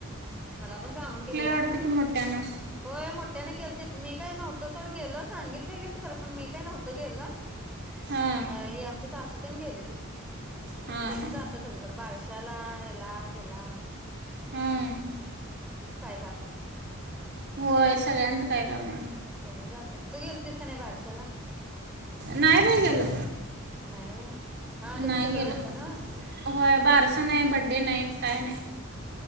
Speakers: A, in the centre; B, on the right (about 55°).
A: मला पण सांगून गेले या
B: वाटतं
A: म्हणून
B: की मोठ्यानं
A: होय मोठ्यानं केलंतित. मी काय नव्हतो सोड गेलं सांगितले लित खरं पण मी काय नव्हत गेलं.
B: हां
A: अं हि आमची सासू. पण गेलेलीत.
B: हां
A: तेनी
B: हां
A: जाता सगळीकडे बारशी चला हेला तेला.
B: हां
A: काम
B: होय सगळ्यांच काय काम हाय.
A: ते नी जालत्यात तू गेलतीस का नाही बारशाला.
B: नाही बाई गेलो
A: नाही व्हय हा तुम्ही
B: नाही
A: तिकडं
B: गेलो
A: होता ना
B: होय बारस नाही बड्डे नाही काय नाही.